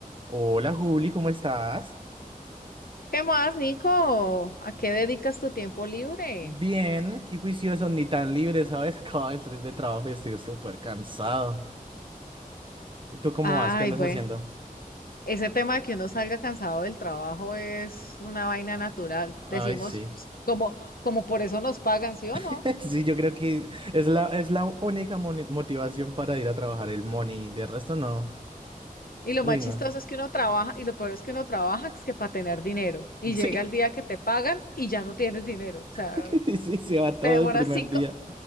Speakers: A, on the right; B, on the left.
A: Hola Juli, ¿cómo estás?
B: ¿Qué más, Nico? ¿A qué dedicas tu tiempo libre?
A: Bien, qué juicioso, ni tan libre, ¿sabes? <laughs> Acabo de salir del trabajo y estoy súper cansado. ¿Y tú cómo
B: Ay,
A: vas? ¿Qué andas
B: bueno,
A: haciendo?
B: ese tema de que uno salga cansado del trabajo es una vaina natural.
A: Ay,
B: Decimos
A: sí.
B: pues, como, como por eso nos pagan, ¿sí o
A: <laughs>
B: no?
A: Sí, yo creo que es la, es la única moni- motivación para ir a trabajar el money. De resto, no.
B: Y lo
A: Uy,
B: más chistoso
A: no.
B: es que uno trabaja, y lo peor es que uno trabaja, es que para tener dinero. Y
A: Sí.
B: llega el día que te pagan y ya no tienes dinero. O sea,
A: <laughs> Sí, se va todo
B: te demoras
A: el primer
B: cinco,
A: día